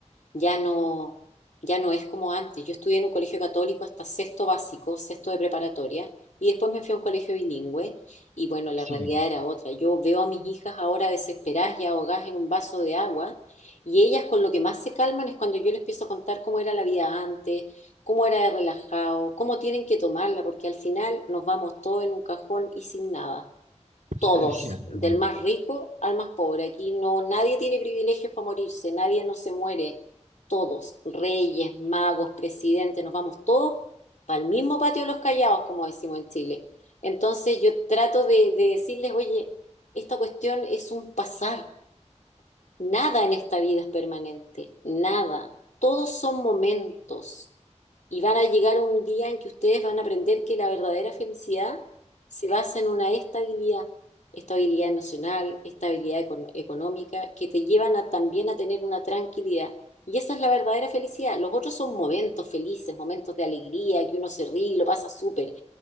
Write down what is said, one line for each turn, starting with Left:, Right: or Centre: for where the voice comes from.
Left: ya no, ya no es como antes. Yo estudié en un colegio católico hasta sexto básico, sexto de preparatoria, y después me fui a un colegio bilingüe, y bueno, la
Right: sí
Left: realidad era otra. Yo veo a mis hijas ahora desesperadas y ahogadas en un vaso de agua, y ellas con lo que más se calman es cuando yo les empiezo a contar cómo era la vida antes, cómo era de relajado, cómo tienen que tomarla, porque al final nos vamos todos en un cajón y sin nada todos,
Right: Sí, ciertamente.
Left: del más rico al más pobre. Aquí no, nadie tiene privilegios para morirse, nadie no se muere. Todos, reyes, magos, presidentes, nos vamos todos para el mismo patio de los callados, como decimos en Chile. Entonces yo trato de, de decirles, oye, esta cuestión es un pasar. Nada en esta vida es permanente, nada. Todos son momentos y van a llegar un día en que ustedes van a aprender que la verdadera felicidad se basa en una estabilidad, estabilidad emocional, estabilidad econ- económica, que te llevan a, también a tener una tranquilidad. Y esa es la verdadera felicidad. Los otros son momentos felices, momentos de alegría, que uno se ríe y lo pasa súper.